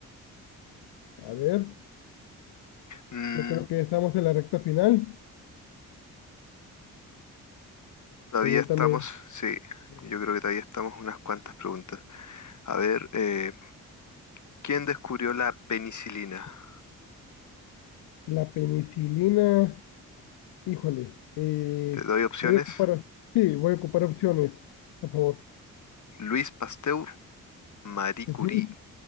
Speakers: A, on the left; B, on the left.
A: A ver,
B: Mm,
A: yo creo que ya estamos en la recta final.
B: Todavía
A: Pregúntame,
B: estamos, sí, yo creo que todavía estamos unas cuantas preguntas. A ver, eh, ¿quién descubrió la penicilina?
A: ¿la penicilina Híjole, eh,
B: Te doy opciones.
A: voy a ocupar, sí, voy a ocupar opciones, por favor.
B: Luis Pasteur, Marie Curie
A: Ujú.